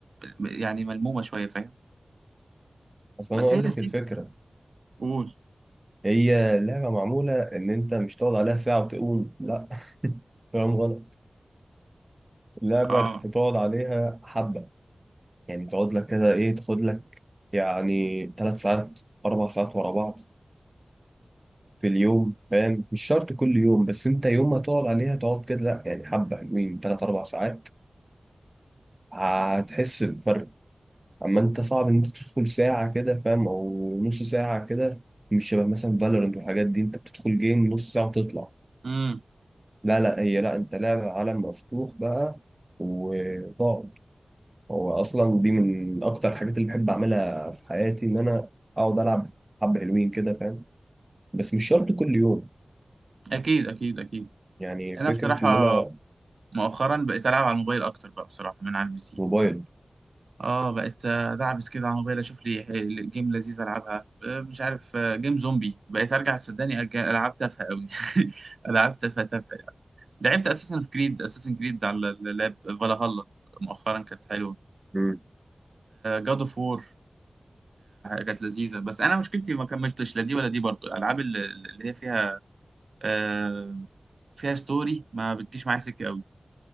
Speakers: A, on the right; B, on the right.
A: م- يعني ملمومه شويه فاهم
B: اصل
A: بس
B: انا اقول
A: هي لذيذه
B: لك الفكره
A: قول
B: هي اللعبه معموله ان انت مش تقعد عليها ساعه وتقوم لا فاهم غلط اللعبة
A: اه
B: تقعد عليها حبة يعني تقعد لك كده إيه تاخد لك يعني تلات ساعات أربع ساعات ورا بعض في اليوم فاهم مش شرط كل يوم بس أنت يوم ما تقعد عليها تقعد كده لأ يعني حبة حلوين تلات أربع ساعات هتحس بفرق أما أنت صعب إن أنت تدخل ساعة كده فاهم أو نص ساعة كده مش شبه مثلا فالورنت والحاجات دي أنت بتدخل جيم نص ساعة وتطلع
A: امم
B: لا لا هي لا أنت لعبة عالم مفتوح بقى وتقعد هو اصلا دي من اكتر الحاجات اللي بحب اعملها في حياتي ان انا اقعد العب حبة حلوين كده فاهم بس مش شرط كل يوم
A: اكيد اكيد اكيد
B: يعني
A: انا
B: فكرة
A: بصراحه
B: ان انا
A: مؤخرا بقيت العب على الموبايل اكتر بقى بصراحه من على البي سي
B: موبايل
A: اه بقيت آه، دعبس كده على الموبايل اشوف لي ح- جيم لذيذ العبها آه، مش عارف آه، جيم زومبي بقيت ارجع صدقني أرجع العب تافهه قوي <laughs> العاب تافهه تافهه يعني لعبت اساسن في كريد اساسن كريد على اللاب فالهالا مؤخرا كانت حلوه
B: مم.
A: جاد اوف وور كانت لذيذه بس انا مشكلتي ما كملتش لا دي ولا دي برضو الالعاب اللي اللي هي فيها آه، فيها ستوري ما بتجيش معايا سكه قوي